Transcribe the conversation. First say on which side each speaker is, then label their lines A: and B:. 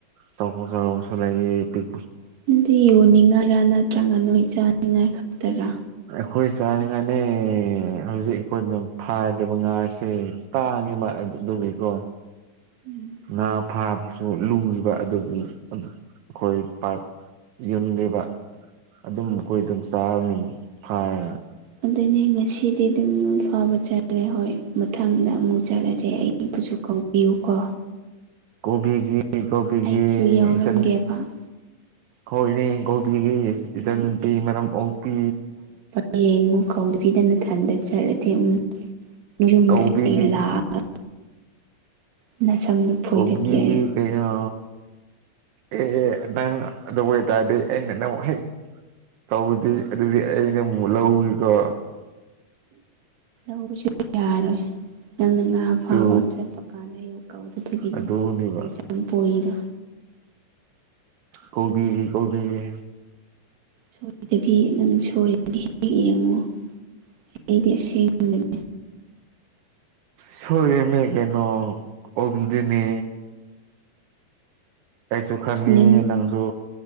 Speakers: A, on the right (about 75°); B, on the right (about 55°).
A: ꯆꯥꯎꯕꯨ ꯆꯥꯎꯁꯤꯜꯂꯛ ꯑꯗꯤ ꯄꯤꯛ
B: ꯗꯨꯗꯤ ꯌꯣꯟꯅꯤꯡꯉꯥꯏꯔ ꯅꯠꯇ꯭ꯔꯒ ꯅꯣꯏ ꯆꯥꯅꯤꯡꯉꯥꯏ ꯈꯛꯇꯔꯥ
A: ꯑꯩꯈꯣꯏ ꯆꯥꯅꯤꯡꯉꯥꯏꯅꯦ ꯍꯧꯖꯤꯛ ꯑꯩꯈꯣꯏꯅ ꯐꯥꯒꯗꯕ ꯉꯥꯁꯦ ꯇꯥꯡꯉꯦꯕ ꯑꯗꯨꯗꯨꯒꯤꯀꯣ
B: <unintelligible>
A: ꯉꯥ ꯐꯥꯕꯁꯨ ꯂꯨꯢꯕ ꯑꯗꯨꯒꯤ ꯑꯩꯈꯣꯏ ꯄꯥꯛ ꯌꯨꯝꯗꯦꯕ ꯑꯗꯨꯝ ꯑꯈꯣꯏ ꯗꯨꯝ ꯆꯥꯔꯝꯃꯤꯅꯤ ꯐꯥꯔꯒ
B: ꯑꯗꯨꯅꯦ ꯉꯁꯤꯗꯤ ꯗꯨꯝ ꯐꯥꯕ ꯆꯠꯂꯦ ꯍꯣꯏ ꯃꯊꯪꯗ ꯑꯃꯨꯛ ꯆꯠꯂꯗꯤ ꯑꯩ ꯑꯩꯕꯨꯁꯨ ꯀꯧꯕꯤꯌꯨ ꯀꯣ
A: ꯀꯨꯕꯤꯒꯦ ꯀꯧꯕꯤꯒꯦ
B: ꯑꯩꯁꯨ ꯌꯥꯎꯔꯝꯒꯦꯕ
A: ꯢꯆꯟ ꯍꯣꯏꯅꯦ ꯀꯣꯜꯕꯤꯒꯦ ꯏꯆꯟ
B: ꯅꯪ
A: ꯅꯨꯄꯤ ꯃꯔꯝ ꯑꯣꯛꯄꯤ
B: ꯍꯌꯦꯡꯃꯨꯛ ꯀꯧꯗꯕꯤꯗ ꯅꯊꯟꯗ ꯆꯠꯂꯗꯤ ꯎꯝ ꯅꯣꯏ ꯌꯨꯝꯗ
A: ꯀꯧꯕꯤꯒꯤ
B: ꯑꯩ ꯂꯥꯛꯑ ꯅꯁꯝꯗꯨ ꯐꯣꯏꯗꯒꯦ
A: ꯀꯣꯕꯤꯒꯦ
B: ꯑꯩ
A: ꯀꯩꯅꯣ ꯑꯦ ꯑꯦ ꯅꯪ ꯑꯗꯨ ꯑꯣꯏꯇꯥꯔꯗꯤ ꯑꯩꯅ ꯅꯪꯕꯨ ꯍꯦꯛ ꯇꯧꯔꯗ ꯑꯗꯨꯗꯤ ꯑꯩ ꯅꯪꯃꯨꯛ ꯂꯧꯋꯤꯀꯣ
B: ꯂꯧꯕꯁꯨ ꯌꯥꯔꯣꯏ ꯅꯪꯅ ꯉꯥ ꯐꯥꯕ
A: ꯇꯨ
B: ꯆꯠꯄ ꯀꯥꯟꯗ ꯑꯩꯕꯨ ꯀꯧꯗꯕꯒꯤꯅꯦ
A: ꯑꯗꯨꯅꯦꯕ
B: ꯅꯁꯝ ꯐꯣꯏꯗꯣ
A: ꯀꯣꯕꯤꯒꯦ ꯀꯣꯕꯤꯒꯦ
B: ꯁꯣꯏꯗꯕꯤ ꯅꯪ ꯁꯣꯏꯔꯗꯤ ꯍꯦꯛ ꯌꯦꯡꯉꯣ ꯑꯩꯗꯤ ꯑꯁꯦꯡ ꯕꯅꯦ
A: ꯁꯣꯢꯔꯤꯝꯃꯦ ꯀꯩꯅꯣ ꯑꯣꯟꯕꯤꯗꯣꯏꯅꯦ ꯑꯩꯁꯨ ꯈꯪꯉꯦ
B: ꯉꯟꯅ
A: ꯅꯪꯁꯨ